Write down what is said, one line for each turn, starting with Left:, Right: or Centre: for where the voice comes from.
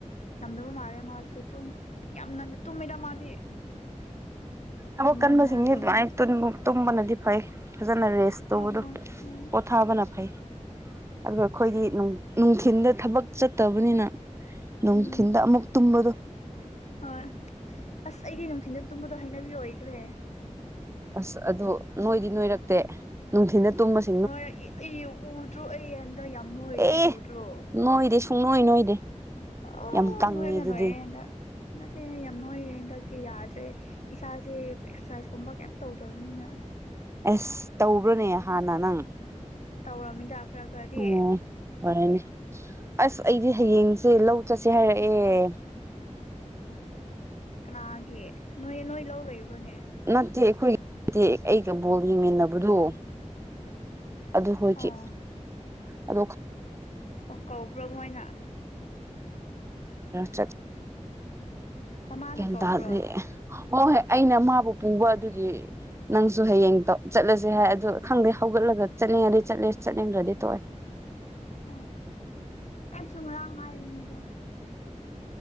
Left: ꯉꯝꯗꯅꯕ ꯃꯥꯜꯂꯦ ꯃꯥꯁꯨ ꯑꯗꯨꯨꯝ ꯌꯥꯝ ꯉꯟ ꯇꯨꯝꯃꯤꯗ ꯃꯥꯗꯤ
Right: ꯑꯣ
Left: ꯌꯥꯝ
Right: ꯅ ꯀꯟꯃꯁꯤꯗꯋꯥ
Left: ꯉꯟ ꯉꯟꯅ ꯇꯨꯝꯕꯅꯦ
Right: ꯍꯥꯏꯨ ꯇꯨꯝꯕꯅꯗꯤ ꯐꯩ ꯐꯖꯅ ꯔꯦꯁ ꯇꯧꯕꯗꯣ
Left: ꯌꯥꯝ ꯉꯟ ꯎꯝ
Right: ꯄꯣꯊꯥꯕꯅ ꯐꯩ ꯑꯣ ꯑꯩꯈꯣꯏꯗꯤ ꯅꯨꯡꯊꯤꯜꯗ ꯊꯕꯛ ꯆꯠꯇꯕꯅꯤꯅ ꯅꯅꯨꯡ
Left: ꯎꯝ
Right: ꯊꯤꯟ ꯑꯃ ꯃꯨꯛ ꯇꯨꯝꯝꯕꯗꯨ
Left: ꯍꯣꯏ ꯑꯁ ꯑꯩꯒꯤ ꯅꯨꯡꯊꯤꯅ ꯇꯨꯝꯕꯗꯣ ꯍꯥꯏꯅꯕꯤꯌ ꯑꯣꯏꯈ꯭ꯔꯦ
Right: ꯑꯁ ꯑꯗꯣ ꯅꯣꯏꯗꯤ ꯅꯣꯏꯔꯛꯇꯦ ꯅꯨꯡꯊꯤꯅ ꯇꯨꯝꯁ
Left: ꯅꯣꯏꯔ ꯑꯩ ꯎꯗ꯭ꯔꯣ ꯑꯩ ꯍꯟꯗꯛ ꯌꯥꯝ ꯅꯣꯏꯔꯤꯁꯤ
Right: ꯑꯦ
Left: ꯎꯗ꯭ꯔꯣ
Right: ꯅꯣꯏꯗꯤ ꯁꯨꯡꯅꯣꯏ ꯅꯣꯏꯗꯦ
Left: ꯑꯣ
Right: ꯌꯥꯝ ꯀꯪꯉꯤ
Left: ꯅꯣꯏꯔ
Right: ꯑꯗꯨꯗꯤ
Left: ꯅꯣꯏꯍꯦ ꯍꯟꯗꯛ ꯅꯠꯇꯦꯅꯦ ꯌꯥꯝ ꯅꯣꯏꯈꯦ ꯍꯟꯗꯛꯇꯤ ꯌꯥꯗ꯭ꯔꯦ ꯏꯁꯥꯁꯦ ꯑꯦꯛꯁꯔꯁꯥꯏꯁꯀꯨꯝꯕ ꯀꯩꯝ ꯇꯧꯗꯕꯅꯤꯅ
Right: ꯑꯁ ꯇꯧꯕ꯭ꯔꯣꯅꯦ ꯍꯥꯟꯅ ꯅꯪ
Left: ꯇꯧꯔꯝꯃꯤꯗ ꯈꯔ ꯈꯔꯗꯤ
Right: ꯑꯣ ꯍꯔꯦꯅꯦ ꯑꯁ ꯑꯩꯗꯤ ꯍꯌꯦꯡꯁꯦ ꯂꯧ ꯆꯠꯁꯦ ꯍꯥꯏꯔꯛꯑꯦ
Left: ꯀꯅꯥꯒꯤ ꯅꯣꯏ ꯅꯣꯏ ꯂꯧ ꯂꯩꯕꯣꯅꯦ
Right: ꯅꯠꯇꯦ ꯑꯩꯈꯣꯏꯒꯤ ꯑꯩꯒ ꯕꯣꯜ ꯌꯦꯡꯃꯤꯟꯅꯕꯗꯨꯣ ꯑꯗꯨ ꯍꯣꯏꯒꯤ
Left: ꯑꯣ
Right: ꯑ
Left: ꯑꯣ ꯀꯧꯕ꯭ꯔꯣ ꯃꯣꯏꯅ
Right: ꯆꯠ
Left: ꯃꯃꯥꯅ
Right: ꯀꯗ
Left: ꯀꯧꯕ꯭ꯔꯣ
Right: ꯑꯗꯨ ꯍꯣꯏ ꯍꯣꯏ ꯑꯩꯅ ꯃꯥꯕꯨ ꯄꯨꯡꯕ ꯑꯗꯨꯒꯤ ꯅꯪꯁꯨ ꯍꯌꯦꯡꯗꯣ ꯆꯠꯂꯁꯦ ꯍꯥꯏ ꯑꯗꯣ ꯈꯪꯗꯦ ꯍꯧꯒꯠꯂꯒ ꯆꯠꯅꯤꯡꯉꯗꯤ ꯆꯠꯂꯦ ꯆꯠꯅꯤꯡꯈ꯭ꯔꯗꯤ ꯇꯑꯦ
Left: ꯑꯣ ꯀꯩꯝꯁꯨꯨꯝ ꯉꯥꯡ ꯍꯥꯏꯕꯅꯤ ꯑꯗꯣ